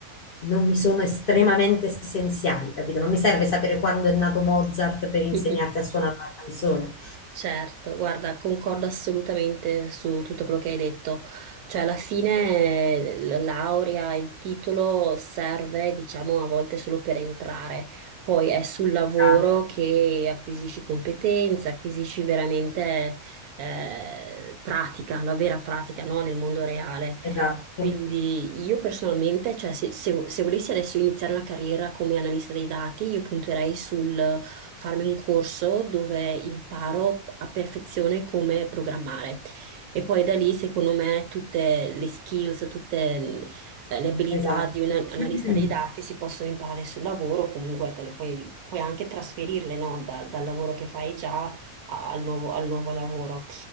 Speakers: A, on the left; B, on the right.
A: non mi sono estremamente essenziali, capito? Non mi serve sapere quando è nato Mozart per insegnarti
B: mhm.
A: a suonare una canzone.
B: Certo, guarda, concordo assolutamente su tutto quello che hai detto. Cioè, alla fine eh, la laurea, il titolo serve, diciamo, a volte solo per entrare. Poi è sul lavoro
A: Ah,
B: che acquisisci competenze, acquisisci veramente eh, pratica, la vera pratica, no? Nel mondo reale.
A: Esatto,
B: Quindi io personalmente, cioè se, se- se volessi adesso iniziare una carriera come analista dei dati, io punterei sul farmi un corso dove imparo a perfezione come programmare. E poi da lì, secondo me, tutte le skills, tutte eh, le abilità
A: esatto.
B: di un analista
A: <clears throat>
B: dei dati si possono imparare sul lavoro, comunque te le puoi, puoi anche trasferirle, no? Da- dal lavoro che fai già a- al nuovo, al nuovo lavoro.